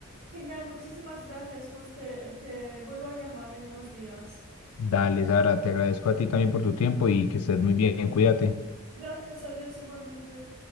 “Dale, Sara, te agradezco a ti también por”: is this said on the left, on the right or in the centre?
Left